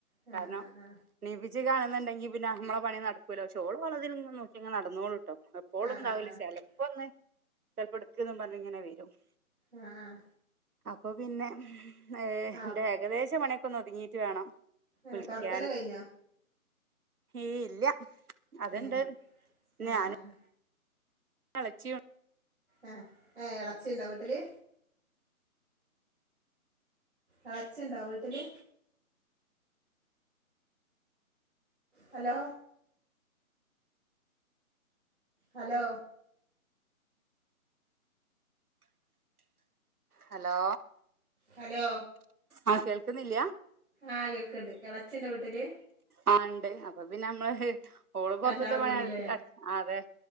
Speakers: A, on the right; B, on the right.
A: ആഹ്
B: കാരണം
A: ആഹ്
B: നീപ്പിച് കാണ് ന്ന്ണ്ടെങ്കി പിന്നെ നമ്മള പണി നടക്കൂല പക്ഷോള് വളതില് നോക്കിയങ്ങനെ നടന്നോളും എപ്പോളുണ്ടാവുല
A: ആഹ് ആഹ് ആഹ് ആഹ് ആഹ്
B: ചെലപ്പോന്ന് ചെൽപ്പൊട്ക്ക്ന്ന് പറഞ്ങ്ങനെ വരും ട്ടൊ
A: ആഹ്ആഹ്
B: അപ്പൊപ്പിന്നെ ഏഹ്
A: ആഹ് ആഹ്
B: എന്റെ ഏകദേശ പണിയൊക്കെ ഒന്നൊതുങ്ങിട്ട് വേണം
A: ഏഹ്
B: വിളിക്കാന്
A: തൊടക്കല് കഴിഞ്ഞോ
B: ഏയില്ല അതണ്ട്
A: ഏഹ്
B: പിന്നെ
A: ആഹ്
B: ഞാനും
A: ആഹ്
B: എളച്ചിയും
A: ആഹ് ഏഹ് ഇളച്ചിണ്ടോ വീട്ടില് എളച്ചിണ്ടാവ വീട്ടില് ഹലോ ഹലോ
B: ഹലോ
A: ഹലോ
B: ആഹ് കേൾക്കുന്നില്ല
A: ആഹ് കേൾക്കണ്ട് ഇളച്ചി്ണ്ടാ വീട്ടില്
B: ആഹ് ഇണ്ട് അപ്പൊ പിന്നെ നമ്മള് ഓള് പൊറത്തത്തെ
A: രണ്ടാളും
B: പണിയെടുത്തിട്ടു
A: കൂടില്ലേ
B: അഹ് അതെ